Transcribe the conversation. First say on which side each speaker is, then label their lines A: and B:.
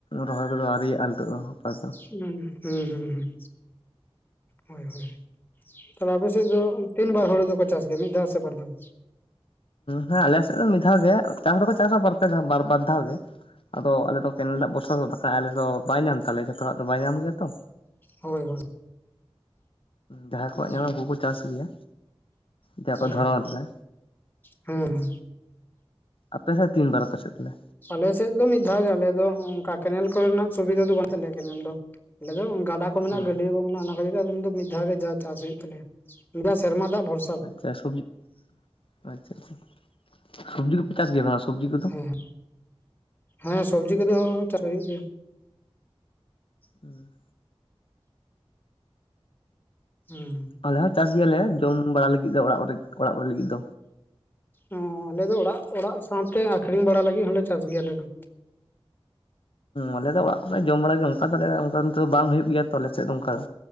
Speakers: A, on the left; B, on the left.
A: ᱨᱚᱦᱚᱭ ᱠᱚᱫᱚ ᱟᱣᱨᱤᱟᱜ-ᱟ ᱱᱤᱛᱚᱜ ᱫᱚ ᱟᱯᱟᱛ
B: ᱦᱩᱸ ᱦᱩᱸ ᱦᱩᱸ ᱦᱳᱭ ᱦᱳᱭ᱾ ᱛᱟᱦᱞᱮ ᱟᱯᱮ ᱥᱮᱫ ᱫᱚ ᱛᱤᱸᱱ ᱵᱟᱨ ᱦᱳᱲᱳ ᱫᱚᱠᱚ ᱪᱟᱥ ᱜᱮᱭᱟ ᱢᱤᱫ ᱫᱷᱟᱣ ᱥᱮ ᱵᱟᱨᱫᱷᱟᱣ?
A: ᱦᱮᱸ ᱟᱞᱮ ᱥᱮᱫ ᱫᱚ ᱢᱤᱫ ᱫᱷᱟᱣ ᱜᱮ ᱪᱟᱥ ᱫᱚᱠᱚ ᱪᱟᱥᱟ ᱵᱟᱨ ᱯᱮ ᱫᱷᱟᱣ ᱵᱟᱨ ᱵᱟᱨ ᱫᱷᱟᱣ ᱜᱮ, ᱟᱫᱚ ᱟᱞᱮᱫᱚ ᱠᱮᱱᱮᱞ ᱫᱟᱜ ᱵᱚᱨᱥᱟ ᱫᱚ ᱵᱟᱠᱷᱟᱡ ᱟᱞᱮᱫᱚ ᱵᱟᱭ ᱧᱟᱢ ᱛᱟᱞᱮᱭᱟ ᱡᱷᱚᱛᱚ ᱦᱚᱲᱟᱜ ᱫᱚ ᱵᱟᱭ ᱧᱟᱢ ᱜᱮᱭᱟ ᱛᱚ,
B: ᱦᱳᱭ ᱦᱳᱭ᱾
A: ᱡᱟᱦᱟᱸᱭ ᱠᱚᱣᱟᱜ
B: ᱦᱳᱭ
A: ᱧᱟᱢᱟ ᱩᱱᱠᱩ ᱠᱚ ᱪᱟᱥ ᱜᱮᱭᱟ᱾ ᱡᱟᱦᱟᱸ ᱠᱚ
B: ᱦᱳᱭ ᱦᱳᱭ,
A: ᱫᱷᱚᱨᱚᱱ ᱨᱮ
B: ᱦᱩᱸ ᱦᱩᱸ᱾
A: ᱟᱯᱮ ᱥᱮᱫ ᱛᱤᱱ ᱵᱟᱨ ᱟᱯᱮ ᱥᱮᱫ ᱛᱟᱦᱞᱮ?
B: ᱟᱞᱮ ᱥᱮᱫ ᱫᱚ ᱢᱤᱫ ᱫᱷᱟᱣ ᱜᱮ ᱟᱞᱮ ᱫᱚ ᱚᱱᱠᱟ ᱠᱮᱱᱮᱞ ᱠᱚᱨᱮᱱᱟᱜ ᱥᱩᱵᱤᱫᱷᱟ ᱫᱚ ᱵᱟᱱᱩᱜ ᱛᱟᱞᱮᱭᱟ ᱠᱮᱱᱮᱞ ᱫᱚ᱾ ᱟᱞᱮ ᱫᱚ ᱜᱟᱰᱟ ᱠᱚ ᱢᱮᱱᱟᱜᱼᱟ
A: ᱦᱮᱸ
B: ᱜᱟᱹᱰᱭᱟᱹ ᱠᱚ ᱢᱮᱱᱟᱜᱼᱟ ᱚᱱᱟ ᱠᱷᱟᱹᱛᱤᱨ ᱛᱮ ᱢᱤᱫ ᱫᱷᱟᱣ ᱜᱮ ᱡᱟ ᱪᱟᱥ ᱦᱩᱭᱩᱜ ᱛᱟᱞᱮᱭᱟ᱾ ᱡᱟ ᱥᱮᱨᱢᱟ ᱫᱟᱜ ᱵᱷᱚᱨ
A: ᱟᱪᱪᱷᱟ ᱥᱚᱵᱡᱤ ᱟᱪᱪᱷᱟ ᱟᱪᱪᱷᱟ ᱥᱚᱵᱡᱤ ᱫᱚᱯᱮ ᱪᱟᱥ ᱜᱮᱭᱟ ᱵᱟᱝ ᱥᱚᱵᱡᱤ ᱠᱚᱫᱚ?
B: ᱦᱮᱸ ᱦᱮᱸ ᱥᱚᱵᱽᱡᱤ ᱠᱚᱫᱚ ᱪᱟᱥ ᱦᱩᱭᱩᱜ ᱜᱮᱭᱟ᱾
A: ᱦᱩᱸ᱾
B: <unintelligible>
A: ᱟᱞᱮ ᱦᱚᱸ ᱪᱟᱥ ᱜᱮᱭᱟᱞᱮ ᱡᱚᱢ ᱵᱟᱲᱟ ᱞᱟᱹᱜᱤᱫ ᱫᱚ ᱚᱲᱟᱜ ᱚᱲᱟᱜ ᱠᱚᱨᱮ ᱞᱟᱹᱜᱤᱫ ᱫᱚ᱾
B: ᱚ ᱟᱞᱮ ᱫᱚ ᱚᱲᱟᱜ ᱚᱲᱟᱜ ᱥᱟᱶᱛᱮ ᱟᱠᱠᱷᱨᱤᱧ ᱵᱟᱲᱟ ᱞᱟᱹᱜᱤᱫ ᱦᱚᱸᱞᱮ ᱪᱟᱥ ᱜᱮᱭᱟ ᱟᱞᱮ ᱫᱚ᱾
A: ᱟᱞᱮ ᱫᱚ ᱚᱲᱟᱜ ᱠᱚᱨᱮ ᱡᱚᱢ ᱵᱟᱲᱟ ᱜᱮᱭᱟ ᱚᱱᱠᱟ ᱫᱚ ᱟᱞᱮ ᱚᱱᱠᱟ ᱫᱚ ᱵᱟᱝ ᱦᱩᱭᱩᱜ ᱜᱮᱭᱟ ᱛᱚ ᱟᱞᱮᱥᱮᱫ ᱫᱚ ᱚᱱᱠᱟ ᱫᱚ᱾